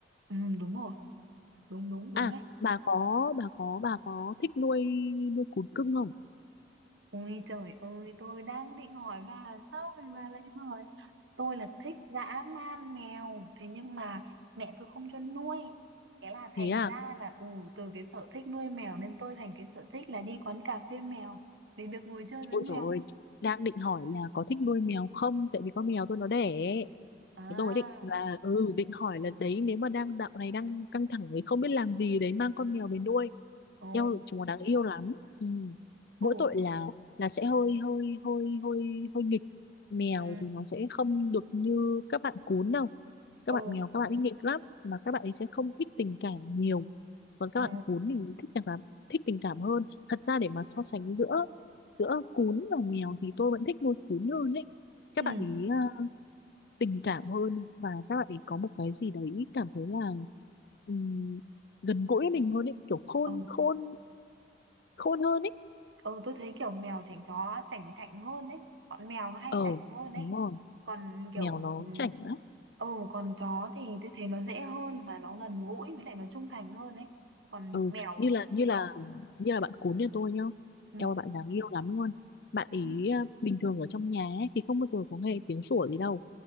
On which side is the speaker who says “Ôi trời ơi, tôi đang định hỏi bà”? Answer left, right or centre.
Right